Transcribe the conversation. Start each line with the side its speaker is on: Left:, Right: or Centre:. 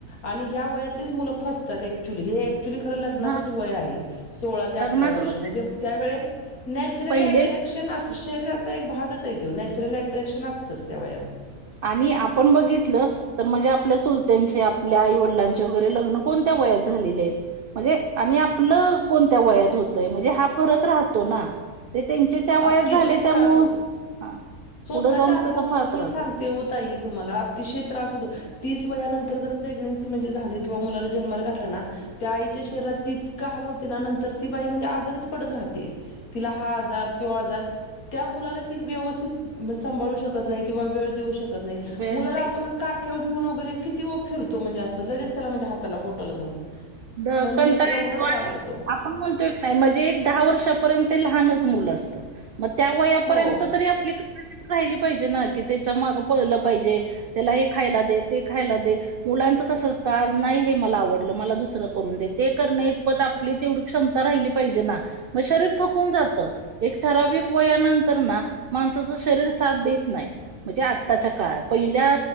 Left: आणि ह्या वयातलीच मुलंच फसतात ऍक्च्युली, हे एक खरं लग्नाचच
Right: हा
Left: वय आहे, सोळा ते अठरा
Right: लग्नाचच
Left: वर्ष, म्हणजे त्या वळेस नॅचरली
Right: पहिले
Left: अट्रॅक् शरीराचा एक भागच आहे तो, नॅचरल अट्रॅक्शन असतंच त्या वयात.
Right: आणि आपण बघितलं तर म्हणजे आपल्या चुलत्यांनचे, आपल्या आई वडिलांचे वगैरे लग्नं कोणत्या वयात झालेले आहेत म्हणजे आणि आपलं कोणत्या वयात होतय, म्हणजे हा फरक राहतो ना. ते त्यांचे त्या वयात
Left: अतिशय
Right: झाले त्यामुळं,
Left: त्रास होतो
Right: हा
Left: स्वतःच्या
Right: पुढं जाऊन
Left: अनुभवावरून
Right: त्याचा फार त्रास
Left: मी सांगते
Right: होता.
Left: हो ताई तुमाला अतिशय त्रास होतो तीस वयानंतर जर प्रेग्नेन्सी म्हणजे झाली, किंवा मुलाला जन्माला घाठला ना, त्या आईच्या शरीराची इतक हाल होते ना, नंतर ती बाई म्हणजे आजारीच पडत राहते. तिला हा आजार तो आजार, त्या मुलाला ती व्यवस्थित संभाळू शकत नाही किंवा वेळ देऊ शकत नाही,
Right: वेळ
Left: मुलाला
Right: नाही
Left: आपण काकेव घेऊन वगैरे किती ओ फिरतो म्हणजे असं, लगेच त्याला म्हणजे हाताला बोटाल धरून
Right: अं
Left: म्हणजे
Right: कंटाळा
Left: एवढा
Right: येतो आणि
Left: त्रास होतो
Right: म्हणतो एक नाही म्हणजे, एक दहा वर्षापर्यंत ते लहानच मुलं असतं मग त्या वयापर्यंत
Left: हो
Right: तरी आपली कपॅसिटी राहिली पाहिजे ना, कि त्याच्या माग पळलं पाहिजे. त्याला हे खायला दे ते खायला दे, मुलांचं कसं असतं, नाही हे मला आवडलं मला दुस दुसरं करून दे, ते करन्या इतपत आपली तेवढी क्षमता राहिली पाहिजे ना, मग शरीर थकून जातं. एक ठराविक वयानंतर ना, माणसाच शरीर साथ देत नाही. म्हणजे आत्ताच्या काळात, पहिल्या